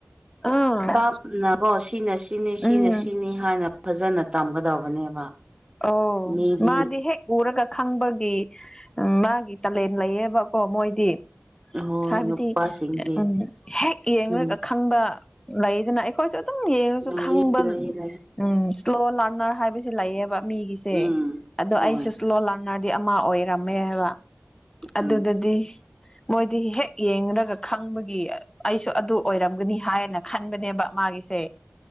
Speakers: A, on the left; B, on the right.
A: ꯈꯔ
B: ꯇꯥꯞꯅꯀꯣ ꯁꯤꯅ ꯁꯤꯅꯤ ꯁꯤꯅ
A: ꯎꯝ
B: ꯁꯤꯅꯤ ꯍꯥꯟꯅ ꯐꯖꯅ ꯇꯝꯒꯗꯧꯕꯅꯦꯕ
A: ꯑꯣ
B: ꯃꯤꯗꯤ
A: ꯃꯥꯗꯤ ꯍꯦꯛ ꯎꯔꯒ ꯈꯪꯕꯒꯤ ꯃꯥꯒꯤ ꯇꯂꯦꯟ ꯂꯩꯌꯦꯕ ꯀꯣ ꯃꯣꯏꯗꯤ
B: ꯍꯣꯏ
A: ꯍꯥꯏꯕꯗꯤ
B: ꯅꯨꯄꯥꯁꯤꯡꯗꯤ
A: ꯎꯝ ꯍꯦꯛ ꯌꯦꯡꯔꯒ
B: ꯎꯝ
A: ꯈꯪ ꯈꯪꯕ ꯂꯩꯗꯅ ꯑꯩꯈꯣꯏꯁꯨ ꯑꯗꯨꯝ ꯌꯦꯡꯔꯁꯨ
B: ꯂꯩꯌꯦ
A: ꯈꯪꯕ
B: ꯂꯩꯌꯦ ꯂꯩꯌꯦ
A: ꯎꯝ ꯁ꯭ꯂꯣ ꯂꯔꯅꯔ ꯍꯥꯏꯕꯁꯨ ꯂꯩꯌꯦꯕ ꯃꯤꯒꯤꯁꯦ
B: ꯎꯝ
A: ꯑꯗꯣ
B: ꯍꯣꯏ
A: ꯑꯩꯁꯨ ꯂꯣ ꯂꯥꯅꯔꯗꯤ ꯑꯃ ꯑꯣꯏꯔꯝꯃꯦ ꯍꯥꯏꯕ ꯑꯗꯨꯗꯗꯤ
B: ꯎꯝ
A: ꯃꯣꯏꯗꯤ ꯍꯦꯛ ꯌꯦꯡꯔꯒ ꯈꯪꯕꯒꯤ ꯑꯩꯁꯨ ꯑꯗꯨ ꯑꯣꯏꯔꯝꯒꯅꯤ ꯍꯥꯏꯅ ꯈꯟꯕꯅꯦꯕ ꯃꯥꯒꯤꯁꯦ